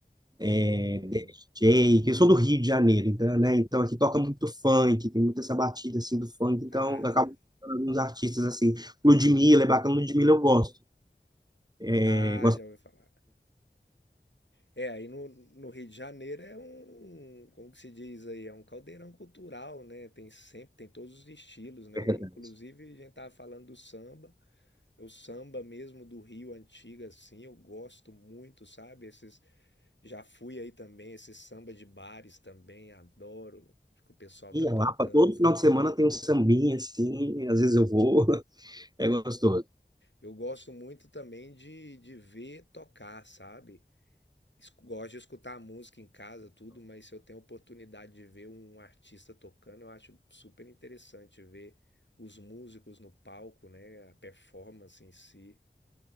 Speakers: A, on the right (about 20°); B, on the left (about 75°).
A: é,
B: Hum.
A: DJ, que eu sou do Rio de Janeiro, então, né? Então, aqui toca muito funk, tem muita essa batida, assim, do funk, então,
B: Ah.
A: eu acabo escutando alguns artistas, assim, Ludmilla, é bacana, Ludmilla eu gosto,
B: Ah,
A: é, gosto
B: já ouvi falar. É, aí no, no Rio de Janeiro é um, como que se diz aí, é um caldeirão cultural, né? Tem sempre, tem todos os estilos, né?
A: de verdade.
B: Inclusive a gente tava falando do samba, é o samba mesmo do Rio antigo assim, eu gosto muito, sabe? Esses já fui aí também, esses samba de bares também, adoro que o pessoal
A: E
B: tá tocando.
A: a Lapa, todo final de semana tem um sambinha, assim, às vezes eu vou, <laughs> é gostoso.
B: Eu gosto muito também de de ver tocar, sabe? es- gosto de escutar música em casa, tudo, mas se eu tenho a oportunidade de ver um artista tocando, eu acho super interessante ver os músicos no palco, né? A performance em si.